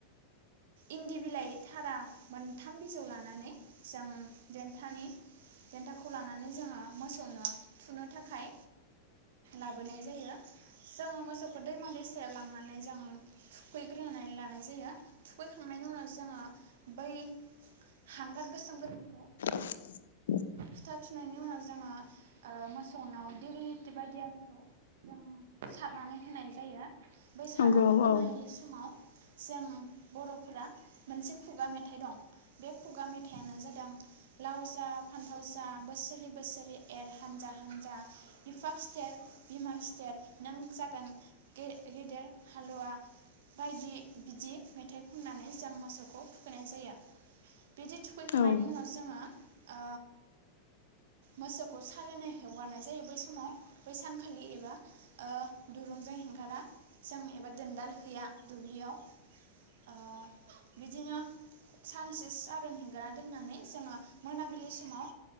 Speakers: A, on the right; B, on the left.
A: इन्दि बिलाइ थारा मोनथाम बिजौ लानानै जों देन्थानि देन्थाखौ लानानै जोङो मोसौनो थुनो थाखाय लाबोनाय जायो। जोङो मोसौखौ दैमा दैसायाव लांनानै जों थुखैग्रोनानै लानाय जायो थुखैखांनायनि उनाव जोङो बै हांगार गोसोमफोर
B: <inaudible>
A: फिथा थुनायनि उनाव जोङो ओमोसौनाव दिभलिटि बायदि आरिखौ जों सारनानै होनाय जायो। बै सारनानै
B: नंगौ
A: होनाय
B: औ
A: समाव जों बर'फोरा मोनसे खुगा मेथाइ दं बे खुगा मेथायानो जादों लाव जा फान्थाव जा बोसोरै बोसोरै एर हानजा हानजा बिफा खिथेर बिमा खि खिथेर नों जागोन गेदेर हालुवा बायदि बिदि मेथाइ खननानै जों मोसौखौ थुखैनाय जायो। बिदि थुखैखांनायनि
B: औ
A: उनाव जोङो ओ मोसौखौ सारायनाय हगारनाय जायो बै समाव बै सानखालि एबा ओ दुरुंजों होगारा जों एबा दोनदाल हैया दुब्लियाव ओ बिदिनो सानसे सारोन होगारा दोननानै जोङो मोनाबिलि समाव